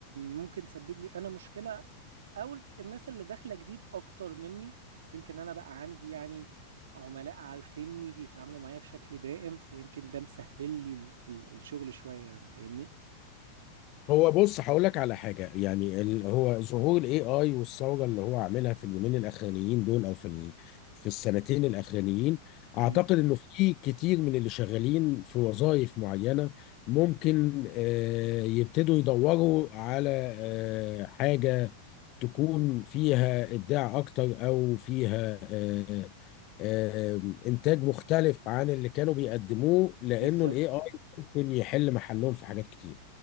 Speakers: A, on the right; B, on the left.
A: ممكن تسبب لي انا مشكلة او الناس اللي داخلة جديد اكتر مني يمكن انا بقى عندي يعني عملاء عارفيني بيتعاملوا معايا بشكل دائم فيمكن ده مسهل لي ال ال الشغل شوية يعني فاهمني
B: هو بص هقول لك على حاجه يعني ال... هو ظهور الاي اي والثوره اللي هو عاملها في اليومين الاخرانيين دول او في ال... في السنتين الاخرانيين اعتقد
A: مم.
B: انه في كتير من اللي شغالين في وظائف معينه ممكن آه يبتدوا يدوروا على آه حاجه تكون فيها ابداع اكتر او فيها آه آه انتاج مختلف عن اللي كانوا بيقدموه لانه
A: بالظبط
B: الاي اي ممكن يحل محلهم في حاجات كتير.